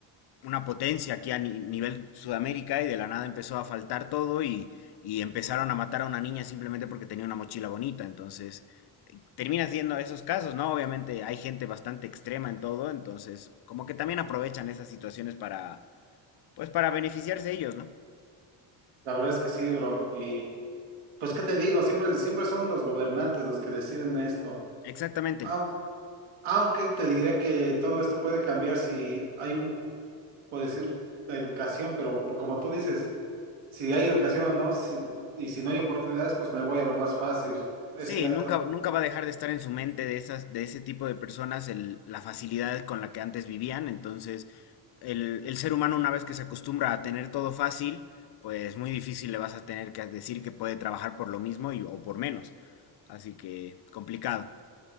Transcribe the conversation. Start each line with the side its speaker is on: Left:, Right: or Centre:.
Left: una potencia aquí a ni- nivel Sudamérica y de la nada empezó a faltar todo y, y empezaron a matar a una niña simplemente porque tenía una mochila bonita. Entonces, eh, terminas viendo esos casos, ¿no? Obviamente hay gente bastante extrema en todo, entonces como que también aprovechan esas situaciones para, pues para beneficiarse ellos, ¿no?
Right: la verdad es que sí, bro. Y pues, ¿qué te digo? Siempre, siempre son los gobernantes los que deciden esto.
Left: Exactamente.
Right: Aun- Aunque te diré que todo esto puede cambiar si hay un por decir, la educación, pero po- como tú dices, si hay educación o no, si- y si no hay oportunidades, pues me voy a lo más fácil, es
Left: Sí,
Right: cierto.
Left: nunca, nunca va a dejar de estar en su mente de esas, de ese tipo de personas el- la facilidad con la que antes vivían. Entonces, el, el ser humano, una vez que se acostumbra a tener todo fácil, pues muy difícil le vas a tener que decir que puede trabajar por lo mismo y- o por menos. Así que complicado.